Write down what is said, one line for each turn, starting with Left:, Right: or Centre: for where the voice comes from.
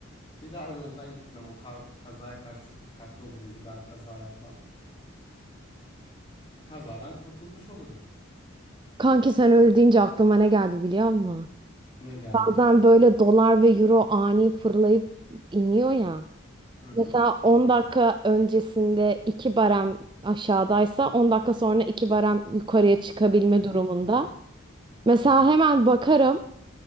Left: Bir daha o yoldan gitmem. O ka- kazaya karşı çok dikkatli olurum. Bir daha kaza yapmam. Kazadan kurtulmuş olurum.
Right: Kanki sen öyle deyince aklıma ne geldi biliyor musun?
Left: Ne geldi?
Right: Bazen böyle dolar ve euro ani fırlayıp iniyor ya.
Left: Hı hı
Right: Mesela
Left: hı
Right: 10
Left: hı
Right: dakika öncesinde 2 barem aşağıdaysa 10 dakika sonra 2 barem yukarıya çıkabilme
Left: hı hı
Right: durumunda.
Left: hı
Right: Mesela
Left: hı hı.
Right: hemen bakarım.